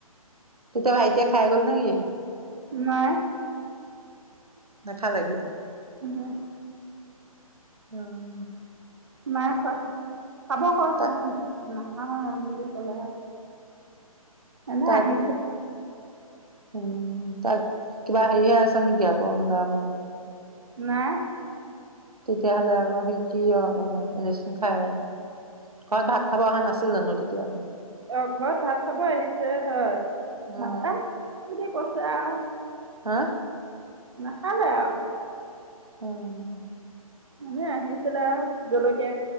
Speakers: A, on the right; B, on the right.
A: ', তেতিয়া ভাইটিয়ে খাই গ'ল নে কি?
B: নাই
A: নেখালে সী।
B: উমহো ',
A: উম ',
B: নাই খোৱা। চাব কৈছিলে
A: তাক
B: আপোনাক। অহ ', বুলি কলে। এনে
A: তাক
B: আহিছিল।
A: উম', ত কিবাহি হছ নি কিয় কৰ গ ম।
B: নাই।
A: তেতিয়াহ'লে আকৌ সি কি আৰু আপোনাৰ এনেচোন খাই, ঘৰত ভাত খাব অহা নাছিল জানো তেতিয়া।
B: অ', ঘৰত ভাত খাব আহিছে হয় ভা
A: অ
B: কিযে কৈছে আৰু।
A: হা
B: নাখালে আৰু।
A: হম।
B: এনে আহিছিলে আৰু জলকীয়া